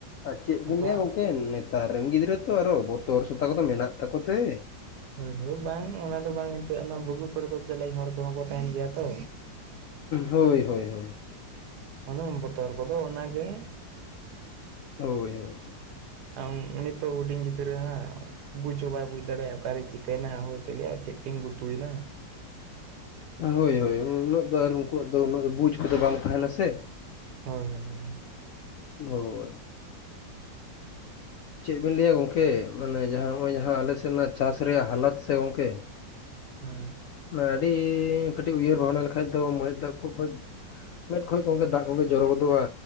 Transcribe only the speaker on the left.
ᱟᱨ ᱪᱮᱫ ᱵᱤᱱ
ᱞᱟᱹᱭᱟ ᱜᱚᱢᱠᱮ ᱱᱤᱛ, ᱱᱮᱛᱟᱨ ᱨᱮᱱ ᱜᱤᱫᱽᱨᱟᱹ ᱛᱚ ᱟᱨᱦᱚ ᱵᱚᱛᱚᱨ ᱥᱚᱛᱟ ᱠᱚᱫᱚ ᱢᱮᱱᱟᱜ ᱛᱟᱠᱚ ᱛᱮ?
ᱦᱳᱭ ᱦᱳᱭ ᱦᱳᱭ᱾
ᱦᱳᱭ ᱦᱳᱭ᱾
ᱦᱳᱭ ᱦᱳᱭ ᱩᱱᱟᱹᱜ ᱫᱚ ᱟᱨ ᱩᱱᱠᱩᱣᱟᱜ ᱫᱚ ᱩᱱᱟᱹᱜ ᱵᱩᱡ ᱠᱚᱫᱚ ᱵᱟᱝ ᱛᱟᱦᱮᱱᱟ ᱥᱮ?
ᱦᱳᱭ᱾ ᱪᱮᱫ ᱵᱮᱱ ᱞᱟᱹᱭᱟ ᱜᱚᱝᱠᱮ ᱢᱟᱱᱮ ᱡᱟᱦᱟᱸ ᱱᱚᱜ ᱚᱭ ᱡᱟᱦᱟᱸ ᱟᱞᱮᱥᱮᱫ ᱨᱮᱱᱟᱜ ᱪᱟᱥ ᱨᱮᱭᱟᱜ ᱦᱟᱞᱚᱛ ᱥᱮ ᱜᱚᱝᱠᱮ?
ᱢᱟᱱᱮ ᱟᱹᱰᱤ ᱠᱟᱹᱴᱤᱡ ᱩᱭᱦᱟᱹᱨ ᱵᱷᱟᱵᱽᱱᱟ ᱞᱮᱠᱷᱟᱡ ᱫᱚ ᱢᱚᱦᱮᱛ ᱛᱟ ᱠᱚ ᱠᱷᱚᱡ᱾ ᱢᱮᱫ ᱠᱷᱚᱡ ᱜᱚᱝᱠᱮ ᱫᱟᱜ ᱠᱚᱜᱮ ᱡᱚᱨᱚ ᱜᱚᱫᱚᱜ-ᱟ᱾